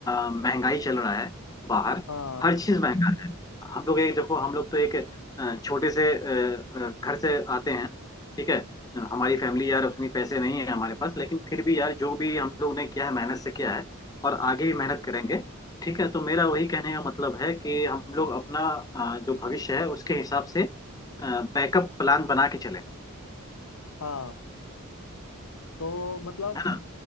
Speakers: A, on the left; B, on the left.
A: अ, महंगाई चल रहा है बाहर
B: हाँ
A: हर चीज महंगा है हम लोग एक देखो हम लोग तो एक अ, छोटे से अ, अ, घर से आते हैं ठीक है हमारी फैमिली यार उतनी पैसे नहीं है हमारे पास लेकिन फिर भी यार जो भी हम लोग ने किया है मेहनत से किया है और आगे भी मेहनत करेंगे ठीक है तो मेरा वही कहने का मतलब है कि हम लोग अपना अ, जो भविष्य है उसके हिसाब से बैकअप प्लान बना के चलें
B: हाँ तो मतलब
A: है ना